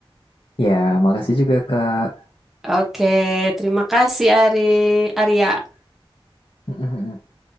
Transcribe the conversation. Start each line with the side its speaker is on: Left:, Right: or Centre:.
Left: Ya, makasih juga Kak.
Centre: Oke, terima kasih Ari Arya.
Left: <laughs>